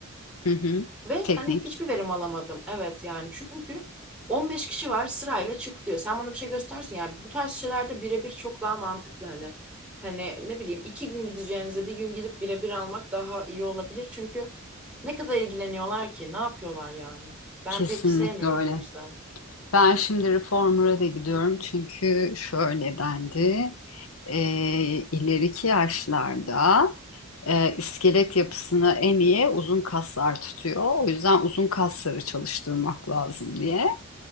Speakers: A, on the left; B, in the centre.
A: hı hı.
B: Ve
A: Teknik.
B: hani hiçbir verim alamadım. Evet yani çünkü 15 kişi var sırayla çık diyor. Sen bana bir şey göstersin yani bu tarz şeylerde birebir çok daha mantıklı hani. Hani ne bileyim iki gün gideceğinize bir gün gidip birebir almak daha iyi olabilir. Çünkü ne kadar ilgileniyorlar ki ne yapıyorlar yani. Ben
A: Kesinlikle
B: pek sevmiyorum
A: öyle.
B: o yüzden.
A: Ben şimdi reformer'a da gidiyorum çünkü şöyle dendi. E, ileriki yaşlarda e, iskelet yapısını en iyi uzun kaslar tutuyor. O yüzden uzun kasları çalıştırmak lazım diye.